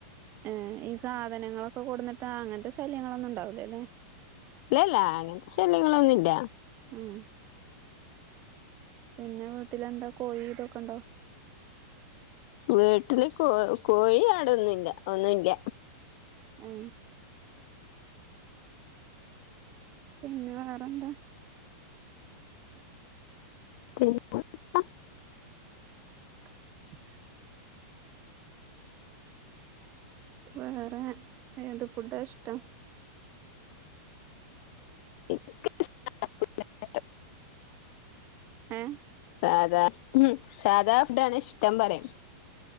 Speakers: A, on the right (about 30°); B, on the left (about 50°).
A: ഏ ഈ സാധനങ്ങളൊക്കെ കൊടുന്നിട്ട് അങ്ങനത്തെ ശല്യങ്ങളൊന്നും ഉണ്ടാവലല്ലേ
B: ഇല്ലല്ല അങ്ങനത്തെ ശല്യങ്ങളൊന്നും ഇല്ല
A: ആഹ് പിന്നെ വീട്ടിലെന്താ കോഴി ഇതൊക്കെണ്ടോ
B: വീട്ടില് കോ കോഴി ആട്‌ ഒന്നുംല്ല ഒന്നുമില്ല
A: ആ പിന്നെ വേറെന്താ
B: പിന്നെന്താ
A: ശ് വേറെ ഏത് ഫുഡ് ആ ഇഷ്ടം
B: ഒന്നും കേൾക്കുന്നില്ല
A: ഏഹ്
B: സാധാ സാധാ ഫുഡ് ആണ് ഇഷ്ടം പറയ